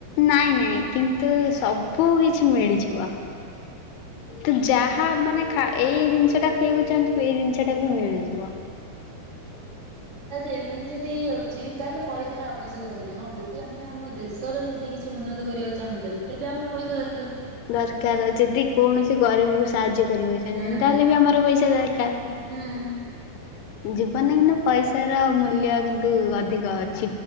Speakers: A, on the left; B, on the right.
A: ନାଇଁ ନାଇଁ କିନ୍ତୁ ସବୁ କିଛି ମିଳିଯିବ ତୁ ଯାହା ମାନେ ଖା ଏଇ ଜିନିଷ ଟା ଖଇବାକୁ ଚାହୁଁ ଥିବୁ ଏଇ ଜିନିଷ ଟା ବି ମିଳିଯିବ।
B: ତାହେଲେ ତ ଏମିତି ଯଦି ହେଇଯାଉଛି। ତାହେଲେ ପଇସାର ଆବଶ୍ୟକତା ନାହିଁ, ହଁ ଯଦି ଆମେ ଆମ ଦେଶର ଯଦି କିଛି ଉନ୍ନତ କରିବାକୁ ଚାହୁଁଛନ୍ତି ତେବେ ଆମର ପଇସା ଦରକାର।
A: ଦରକାର ଯଦି କୌଣସି ଗରିବ କୁ ସାହାଯ୍ୟ କରିବାକୁ ଚାହୁଁଛନ୍ତି
B: ହୁଁ
A: ତାହେଲେ ବି ଆମର ପଇସା ଦରକାର।
B: ହୁଁ।
A: ଜୀବନରେ କିନ୍ତୁ ପଇସା ର ମୂଲ୍ୟ କିନ୍ତୁ ଅଧିକ ଅ